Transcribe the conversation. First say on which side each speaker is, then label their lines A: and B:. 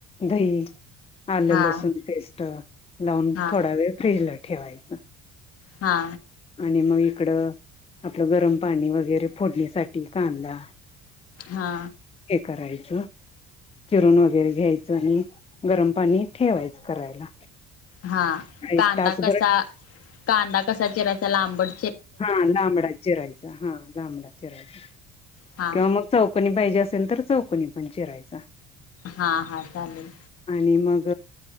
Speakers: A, on the left; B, on the left.
A: दही आलं
B: हा
A: लसुण पेस्ट लावून
B: हा
A: थोडा वेळ फ्रीज ला ठेवायचं
B: हा
A: आणि मग इकडं आपलं गरम पाणी वगैरे फोडणीसाठी कादा
B: हा
A: हे करायचं चिरून वगैरे घ्यायचं आणि गरम पाणी ठेवायचं करायला
B: हा
A: एक
B: कांदा
A: तासभर
B: कसा कांदा कसा चीरायचा लांबड
A: हा लामडा चिरायच हा लांबला चिरायचा
B: हा
A: किंवा मग चौकनी पाहिजे असेल तर चौकनी पण चिरायचा
B: हा हा चालेल
A: आणि मग